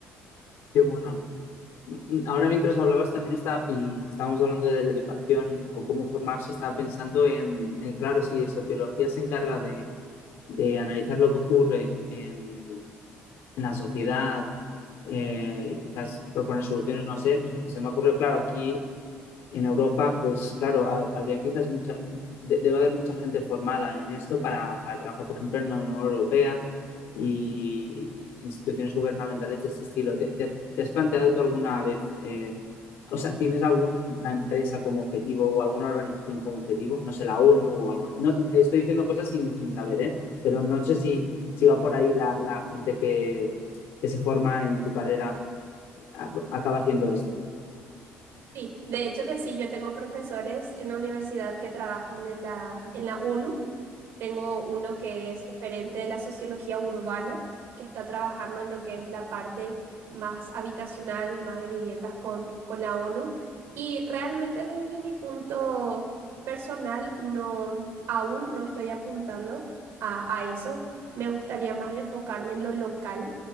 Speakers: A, on the left; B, on the right.
A: Qué bueno. Ahora mientras hablabas también está, y estábamos hablando de la educación o cómo formarse, estaba pensando en, en claro, si sociología se encarga de, de analizar lo que ocurre en, en la sociedad eh, y quizás proponer soluciones, no sé, se, se me ocurrió, claro, aquí en Europa, pues claro, ha- habría quizás mucha, de- debe haber mucha gente formada en esto para, para trabajar, por ejemplo, en la Unión Europea y y instituciones gubernamentales de ese estilo. ¿Te, te- te has planteado tú alguna vez, eh, o sea, tienes alguna empresa como objetivo o alguna organización como objetivo? No sé, la ONU o algo así. No, estoy diciendo cosas sin, sin saber, ¿eh? Pero no sé si, si va por ahí la, la gente que, que se forma en tu carrera, a- acaba haciendo esto.
B: Sí, de hecho que sí, yo tengo profesores en la universidad que trabajan en la, en la ONU. Tengo uno que es referente de la sociología urbana, que está trabajando en lo que es la parte más habitacional, más de viviendas con, con la ONU. Y realmente desde mi punto personal, no, aún no estoy apuntando a, a eso. Me gustaría más enfocarme en lo local,